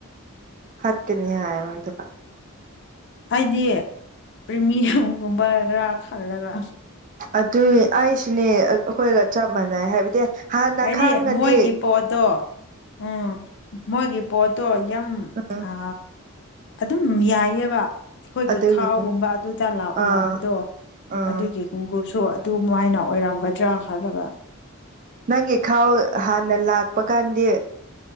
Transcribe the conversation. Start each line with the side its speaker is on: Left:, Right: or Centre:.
Right: ꯐꯠꯀꯅꯤ ꯍꯥꯏꯔ ꯑꯗꯨꯗ
Left: ꯍꯥꯏꯗꯤ ꯄ꯭ꯔꯤꯃꯤꯌꯝꯒꯨꯝꯕ ꯈꯔꯥ ꯈꯜꯂꯒ
Right: ꯑꯗꯨꯏ ꯑꯩꯁꯤꯅꯦ ꯑꯈꯣꯏꯒ ꯆꯞ ꯃꯥꯟꯅꯩ ꯍꯥꯏꯕꯗꯤ ꯍꯥꯟꯅ
Left: ꯍꯥꯏꯗꯤ
Right: ꯈꯥꯡꯉꯗꯤ
Left: ꯃꯣꯏꯒꯤ ꯄꯣꯠꯇꯣ ꯎꯝ ꯃꯣꯏꯒꯤ ꯄꯣꯠꯇꯣ ꯌꯥꯝ
Right: ꯎꯝ
Left: ꯊꯥ ꯑꯗꯨꯝ ꯌꯥꯏꯑꯕ ꯑꯈꯣꯏꯒꯤ
Right: ꯑꯗꯨꯒꯤꯅꯤ
Left: ꯊꯥꯎꯒꯨꯝꯕ ꯑꯗꯨꯗ
Right: ꯑꯥ
Left: ꯂꯥꯛꯄꯗꯣ
Right: ꯑꯥ
Left: ꯑꯗꯨꯒꯤ ꯈꯨꯡꯒꯨꯞꯁꯨ ꯑꯗꯨ ꯃꯥꯏꯅ ꯑꯣꯏꯔꯝꯒꯗ꯭ꯔꯥ ꯈꯜꯂꯒ
Right: ꯅꯪꯒꯤ ꯈꯥꯎ ꯍꯥꯟꯅ ꯂꯥꯛꯄ ꯀꯥꯟꯗꯤ